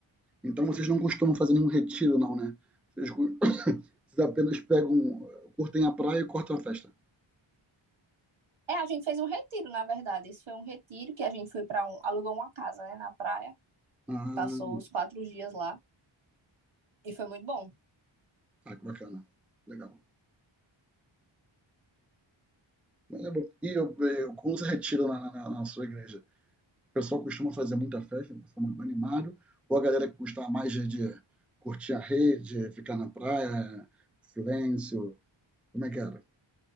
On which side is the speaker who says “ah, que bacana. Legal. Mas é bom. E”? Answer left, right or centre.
Centre